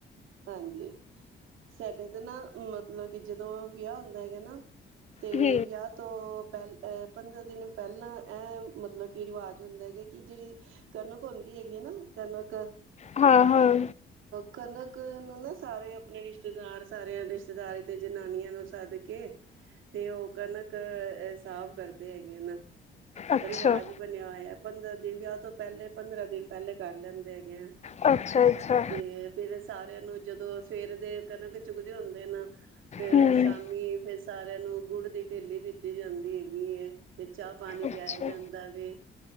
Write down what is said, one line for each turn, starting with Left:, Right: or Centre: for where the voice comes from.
Right: ਹਾਂਜੀ ਸਾਡੇ ਤੇ ਨਾ, ਮਤਲਬ ਕਿ ਜਦੋਂ ਵਿਆਹ ਹੁੰਦਾ ਹੈਗਾ ਨਾ ਤੇ
Left: ਹਮ
Right: ਵਿਆਹ ਤੋਂ ਪਹਿਲੇ - ਪੰਦਰਾਂ ਦਿਨ ਪਹਿਲਾਂ ਇਹ ਮਤਲਬ ਕਿ ਰਿਵਾਜ਼ ਹੁੰਦਾ ਹੈਗਾ ਕਿ ਜਿਹੜੀ ਕਨਕ ਹੁੰਦੀ ਹੈਗੀ ਹੈ ਨਾ ਕਨਕ,
Left: ਹਾਂ, ਹਾਂ
Right: ਕਨਕ ਕਈ ਆਂ ਨੂੰ ਨਾ ਸਾਰੇ ਆਪਣੇ ਰਿਸ਼ਤੇਦਾਰ ਸਾਰਿਆਂ ਰਿਸ਼ਤੇਦਾਰੀ ਤੇ ਜਨਾਨੀਆਂ ਨੂੰ ਸਦਕੇ, ਤੇ ਉਹ ਕਣਕ ਸਾਫ਼ ਕਰਦੇ ਹੈਗੇ ਹਨ,
Left: ਅੱਛਾ
Right: ਰਿਵਾਜ ਬਣਿਆ ਹੋਇਆ ਪੰਦਰਾਂ ਦਿਨ ਵਿਆਹ ਤੋਂ ਪਹਿਲੇ ਪੰਦਰਾਂ ਦਿਨ ਪਹਿਲੇ ਕਰ ਲੈਂਦੇ ਹੈਗੇ ਆ,
Left: ਅੱਛਾ ਅੱਛਾ
Right: ਤੇ ਫਿਰ ਨੂੰ ਜਦੋਂ ਸਵੇਰ ਦੇ ਕਣਕ ਚੁਗਦੇ ਹੁੰਦੇ ਨਾ ਫੇਰ
Left: ਹੂੰ
Right: ਉਹ ਸ਼ਾਮੀ ਫੇਰ ਸਾਰੇ ਮੁੰਡੇ ਨੂੰ ਗੁੜ ਦੀ ਢੇਲੀ ਦਿੱਤੀ ਜਾਂਦੀ ਹੈਗੀ ਹੈ ਤੇ ਚਾਹ ਪਾਣੀ ਪਿਆਇਆ
Left: ਅੱਛਾ
Right: ਜਾਂਦਾ ਵੇ